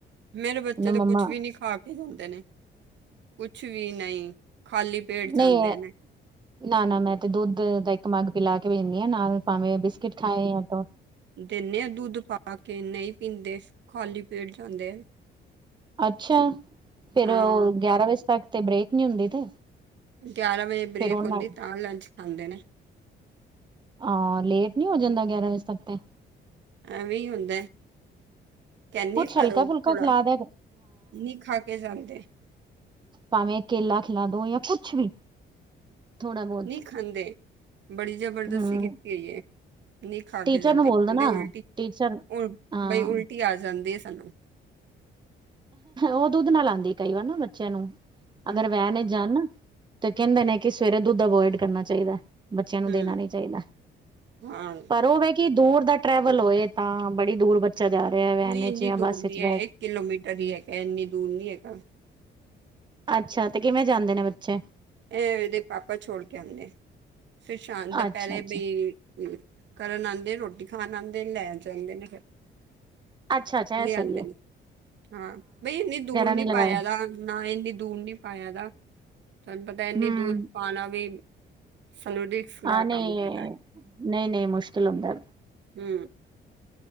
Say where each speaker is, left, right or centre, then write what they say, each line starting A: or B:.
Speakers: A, on the right; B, on the right.
A: ਮੇਰੇ ਬੱਚੇ
B: ਨਾ
A: ਤਾਂ
B: ਮੰਮਾ
A: ਕੁਛ ਵੀ ਨਹੀਂ ਖਾ ਕੇ ਜਾਂਦੇ ਨੇ ਕੁਛ ਵੀ ਨਹੀਂ ਖਾਲੀ। ਪੇਟ
B: ਨਹੀਂ
A: ਜਾਂਦੇ ਨੇ।
B: ਨਾ ਨਾ ਮੈਂ ਤੇ ਦੁੱਧ ਦਾ ਇੱਕ ਮੱਗ ਪਿਲਾ ਕੇ ਪੇਜਨੀ ਹਾਂ ਨਾਲ ਭਾਵੇਂ ਬਿਸਕਿਟ ਖਾਏ ਯਾ ਤੋਂ।
A: ਦਿੰਨੇ ਆਾਂ ਦੁੱਧ ਪਾ ਕੇ ਨਹੀਂ ਪੀਂਦੇ ਖਾਲੀ ਪੇਟ ਜਾਂਦੇ ਹੈ।
B: ਅੱਛਾ ਫੇਰ
A: ਹਾਂ
B: ਅੋ ਗਿਆਰਾਂ ਵਜੇ ਤੱਕ ਤੇ ਬ੍ਰੇਕ ਨੀ ਹੁੰਦੀ ਤੇ।
A: ਗਿਆਰਾਂ ਵਜੇ ਬ੍ਰੇਕ
B: ਫੇਰ ਉਹਨਾਂ
A: ਹੁੰਦੀ ਤਾਂ ਲੰਚ ਖਾਂਦੇ ਨੇ।
B: ਆ ਲੇਟ ਨੀ ਹੋ ਜਾਂਦਾ ਗਿਆਰਾਂ ਵਜੇ ਸਵਕਤੇ
A: ਐਵੇਂ ਹੁੰਦਾ। ਕੇਨੀ
B: ਕੁਛ ਹਲਕਾ
A: ਘਰੋ--ਥੋੜਾ
B: ਫੁਲਕਾ ਖਿਲਾ
A: ਨੀ
B: ਦਿਆ
A: ਖਾ ਕੇ ਜਾਂਦੇ।
B: ਭਾਵੇਂ-ਕੇਲਾ ਖਿਲਾ ਦੋ ਜਾਂ ਕੁਛ ਵੀ ਥੋੜਾ ਬਹੁਤ
A: ਨ‌ਈ ਖਾਂਦੇ, ਬੜੀ ਜਬਰਦਸਤੀ
B: ਹਮ
A: ਕੀਤੀ ਹੋਈ‌ ਏ। ਨ‌ਈ ਖਾ
B: ਟੀਚਰ
A: ਕੇ ਜਾਂਦੇ,
B: ਨੂੰ ਬੋਲ
A: ਕਹਿੰਦੇ-ਉਲਟੀ
B: ਦੋ ਨਾ ਟੀਚਰ
A: ਉ--ਬਈ
B: ਹਾਂ
A: ਉਲਟੀ ਆ ਜਾਂਦੀ ਹੈ ਸਾਨੂੰ।
B: ਔ ਦੁੱਧ ਨਾਲ ਆਂਦੀ ਕਈ ਵਾਰ ਨਾ ਬੱਚਿਆਂ ਨੂੰ
A: ਹੂੰ
B: ਅਗਰ ਵਹਿ ਨੇ ਜਾਣ ਨਾ ਤੇ ਕਹਿੰਦੇ ਨੇ ਕਿ ਸਵੇਰੇ ਦੁੱਧ ਅਵੋਇਡ ਕਰਨਾ ਚਾਹੀਦਾ। ਬੱਚਿਆਂ ਨੂੰ
A: ਹੂੰ,
B: ਦੇਨਾ ਨੀ ਚਾਈਦਾ,
A: ਹਾਂ
B: ਪਰ ਓ ਵੇਖ ਕੀ ਦੂਰ ਦਾ ਟਰੈਵਲ ਹੋਏ ਤਾਂ ਬੜੀ ਦੂਰ ਬੱਚਾ ਜਾ ਰਿਆ ਵੈਨ
A: ਨਹੀਂ
B: ਇਚ
A: ਇੰਨੀ
B: ਜਾਂ
A: ਦੂਰ
B: ਬੱਸ
A: ਨਹੀਂ
B: ਚ
A: ਹੈ
B: ਰਹਿ
A: ਕਿਲੋਮੀਟਰ ਹੀ ਹੈਗਾ, ਇੰਨੀ ਦੂਰ ਨੀ ਹੈਗਾ।
B: ਅੱਛਾ ਤੇ ਕਿਵੇਂ ਜਾਂਦੇ ਨੇ ਬੱਚੇ
A: ਐ ਇਦੇ ਪਾਪਾ ਛੋੜ ਕੇ ਆਂਦੇ ਆ ਫਿਰ ਸ਼ਾਮ ਦਪਰੇ
B: ਅੱਛਾ ਅੱਛਾ
A: ਬਈ ਕਰਨ ਆਂਦੇ, ਰੋਟੀ ਖਾਣ ਆਂਦੇ, ਲੈਨ ਜਾਂਦੇ ਨੇ ਫਿਰ
B: ਅੱਛਾ, ਅੱਛਾ। ਐ
A: ਲਿਆਂਦੇ
B: ਸ‌ਈ ਐ।
A: ਨੇ ਹਾਂ, ਬਈ ਇੰਨੀ ਦੂਰ ਨੀ
B: ਨਹੀਂ ਲਗਾਏ
A: ਪਾਇਆ ਦਾ ਨਾ ਇੰਨੀ ਦੂਰ ਨੀ ਪਾਇਆ ਦਾ ਤਾਨੂੰ ਪਤਾ ਇੰਨੀ
B: ਹਮ
A: ਦੂਰ ਪਾਣਾ ਵੀ ਸਾਨੂੰ ਰਿਸਕ ਦਾ
B: ਆ ਨ‌ਈ
A: ਕੰਮ ਲੱਗਦਾ
B: ਏ, ਨ‌ਈ, ਨਈ ਮੁਸ਼ਕਿਲ ਹੁੰਦੈ।
A: ਹੂੰ